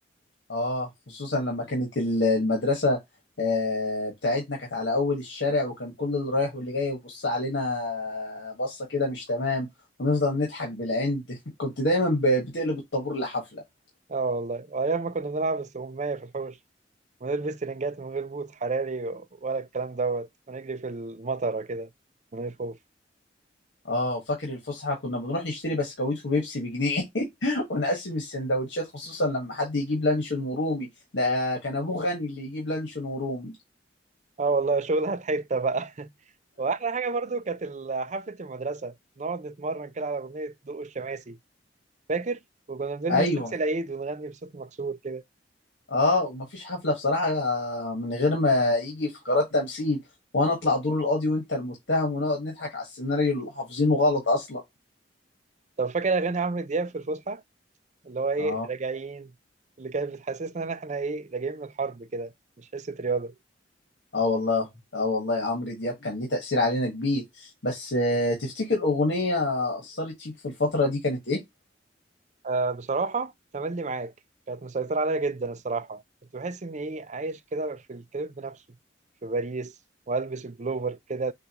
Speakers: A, on the left (about 70°); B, on the right (about 40°).
A: اه خصوصا لما كانت ال- المدرسة آه، بتاعتنا كانت على أول الشارع وكان كل اللي رايح واللي جاي يبص علينا بصة كده مش تمام ونفضل نضحك بالعند <laughs> كنت دايما ب- بتقلب الطابور لحفلة
B: اه والله وايام ما كنا بنلعب استغمايه في الحوش ونلبس ترنجات من غير بوت حراري ولا الكلام دوت ونجري في المطره كده من غير خوف
A: اه فاكر الفسحة كنا بنروح نشتري بسكويت وبيبسي بجنيه <laughs> ونقسم السندوتشات خصوصا لما حد يجيب لانشون ورومي ده كان أبوه غني اللي يجيب لانشون ورومي
B: اه والله شغلها في حته بقى <laughs> واحلى حاجه برضو كانت ال- حفله المدرسه نقعد نتمرن كده على اغنيه ضوء الشماسي فاكر وكنا بنلبس
A: أيوه
B: لبس العيد ونغني بصوت مكسور كده
A: اه ومفيش حفلة بصراحة من غير ما يجي فقرات تمثيل وانا اطلع دور القاضي وانت المتهم ونقعد نضحك على السيناريو اللي حافظينه غلط اصلا
B: طب فاكر اغاني عمرو دياب في الفسحه اللي هو ايه
A: اه
B: راجعين اللي كانت بتحسسنا ان احنا ايه راجعين من الحرب كده مش حصه رياضه
A: اه والله اه والله عمرو دياب كان ليه تأثير علينا كبير بس آه، تفتكر أغنية أثرت فيك في الفترة دي كانت ايه؟
B: آه بصراحه تملي معاك كانت مسيطره عليا جدا الصراحه كنت بحس ان ايه عايش كده في الكليب بنفسه في باريس والبس البلوفر كده